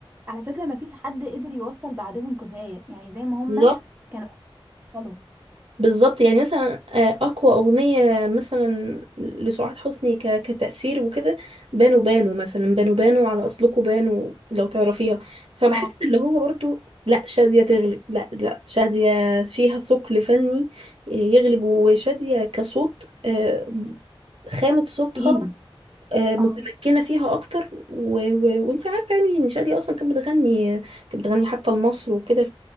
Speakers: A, on the right; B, on the right.
A: على فكرة ما فيش حد قدر يوصل بعدهم كفاية يعني زي ما هما
B: بالظبط
A: كانوا يوصلوا
B: بالظبط يعني مثلا آه، اقوى اغنيه مثلا لسعاد حسني ك... كتاثير وكده بانو بانو مثلا بانو بانو على اصلكوا بانو لو تعرفيها فبحس
A: اه
B: اللي هو برضو لا شاديه تغلب لا لا شاديه فيها ثقل فني آه، يغلب وشاديه كصوت آه، خامه صوتها
A: تقيل
B: آه، متمكنه
A: اه
B: فيها اكتر و... و... وانت عارفه يعني ان شاديه اصلا كانت بتغني كانت بتغني حتى لمصر وكده